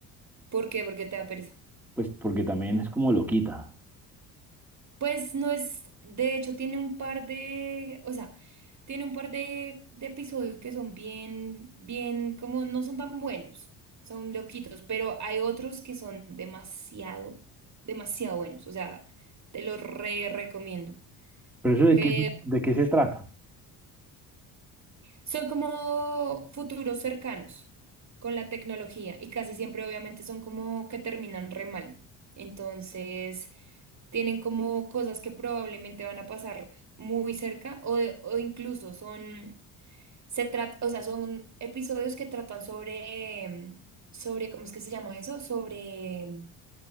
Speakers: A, on the right; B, in the centre.
A: ¿Por qué? Porque te da pereza.
B: Pues porque también es como loquita.
A: Pues no es, de hecho, tiene un par de, o sea, tiene un par de, de episodios que son bien, bien, como no son tan buenos, son loquitos, pero hay otros que son demasiado, demasiado buenos. O sea, te los re recomiendo.
B: ¿Pero eso de
A: Que
B: qué, de qué se trata?
A: Son como futuros cercanos con la tecnología y casi siempre obviamente son como que terminan re mal. Entonces tienen como cosas que probablemente van a pasar muy cerca o, de- o incluso son, se trata, o sea, son episodios que tratan sobre, em, sobre, ¿cómo es que se llama eso? Sobre em,